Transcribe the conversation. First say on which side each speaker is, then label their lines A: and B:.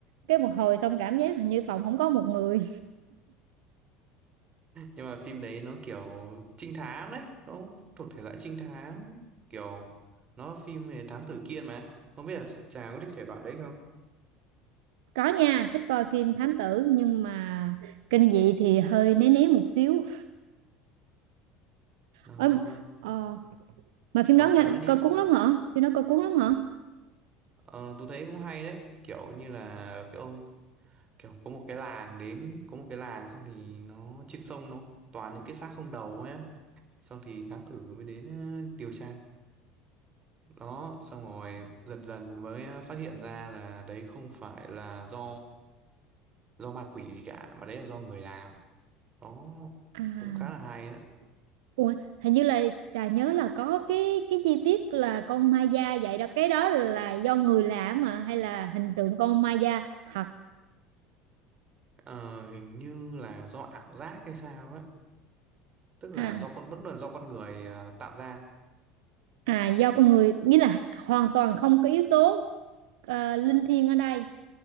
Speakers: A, on the right; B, on the right.
A: cái một hồi xong cảm giác hình như phòng không có một người
B: nhưng mà phim đấy nó kiểu trinh thám đấy nó thuộc thể loại trinh thám kiểu nó phim về thám tử Kiên mà không biết là chàng có thích thể loại đấy không
A: có nha thích coi phim thám tử nhưng mà kinh dị thì hơi né né một xíu
B: nó
A: Ơ, ờ, mà phim
B: ờ
A: đó nghe,
B: chàng nói đi
A: coi cuốn lắm hả phim đó coi cuốn lắm hả
B: ờ tôi thấy cũng hay đấy kiểu như là cái ông kiểu có một cái làng đến có một cái làng xong thì nó trên sông nó toàn những cái xác không đầu ấy á. xong thì thám tử mới đến ờ, điều tra đó xong rồi dần dần mới ờ, phát hiện ra là đấy không phải là do do ma quỷ gì cả mà đấy là do người làm đó
A: à
B: cũng khá là hay đó
A: ủa, hình như là trà nhớ là có cái cái chi tiết là con ma da vậy đó cái đó là do người làm mà hay là hình tượng con ma da thật
B: Ờ, hình như là do ảo giác hay sao ấy tức là
A: à
B: do con vẫn là do con người ờ, tạo ra
A: À do con người nghĩa là hoàn toàn không có yếu tố ờ, linh thiêng ở đây